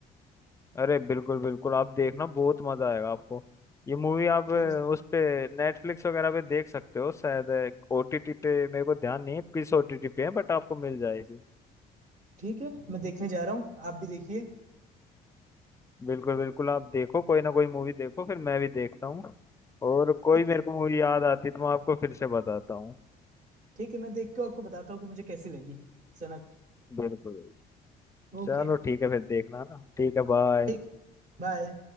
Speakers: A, on the left; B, on the right.
A: अरे बिल्कुल बिल्कुल आप देखना बहुत मजा आएगा आपको ये मूवी आप
B: चल
A: अ, उस पे नेटफ्लिक्स वगैरह पे देख सकते हो शायद ओटीटी पे मेरे को ध्यान नहीं है किस ओटीटी पे है बट आपको मिल जाएगी
B: ठीक है मैं देखने जा रहा हूँ आप भी देखिए
A: बिल्कुल बिल्कुल आप देखो कोई ना कोई मूवी देखो फिर मैं भी देखता हूँ और कोई
B: ठीक
A: मेरे
B: है
A: को मूवी याद आती तो मैं आपको फिर से बताता हूँ
B: ठीक है मैं देख के आपको बताता हूँ कि मुझे कैसी लगी सनक
A: बिल्कुल
B: ओके
A: चलो ठीक है फिर देखना ना ठीक है बाय
B: ठीक बाय